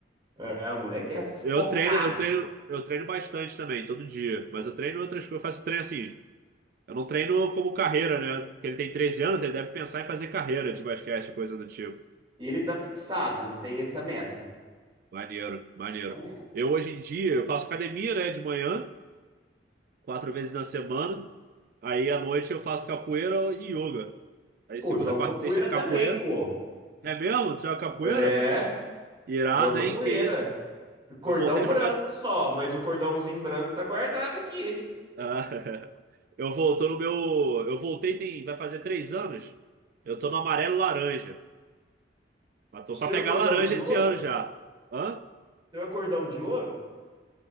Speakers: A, on the right; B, on the right.
A: É, o moleque é focado.
B: Eu treino, eu treino, eu treino bastante também, todo dia. Mas eu treino outras coisas, eu faço treino assim. Eu não treino como carreira, né? Porque ele tem 13 anos, ele deve pensar em fazer carreira de basquete, coisa do tipo.
A: E ele tá fixado, ele tem essa meta.
B: Maneiro, maneiro.
A: Essa meta.
B: Eu hoje em dia, eu faço academia, né, de manhã, quatro vezes na semana. Aí à noite eu faço capoeira e yoga. Aí
A: Pô,
B: segunda,
A: joga
B: quarta
A: capoeira
B: e sexta capoeira.
A: também, pô.
B: É mesmo? Tu joga capoeira,
A: É,
B: parceiro? Irado,
A: joga
B: hein?
A: capoeira.
B: Que isso?
A: Cordão
B: Eu voltei a
A: branco
B: jogar.
A: só, mas o cordãozinho branco tá guardado aqui.
B: Ah, <laughs> eu voltou no meu. Eu voltei tem. Vai fazer três anos. Eu tô no amarelo laranja. Mas tô
A: O seu
B: pra pegar
A: é cordão
B: laranja
A: de
B: esse
A: ouro?
B: ano
A: O
B: já. Hã?
A: seu é cordão de ouro?